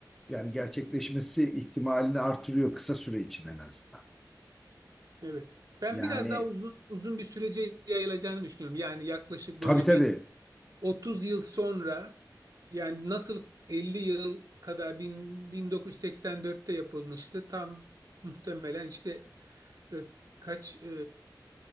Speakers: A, in the centre; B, on the right.
A: yani gerçekleşmesi ihtimalini artırıyor kısa süre için en azından.
B: Evet. Ben
A: Yani
B: biraz daha uzun uzun bir sürece yayılacağını düşünüyorum. Yani yaklaşık
A: tabii
B: böyle
A: tabii.
B: bir 30 yıl sonra yani nasıl 50 yıl kadar bin- 1984'te yapılmıştı. Tam muhtemelen işte e, kaç e,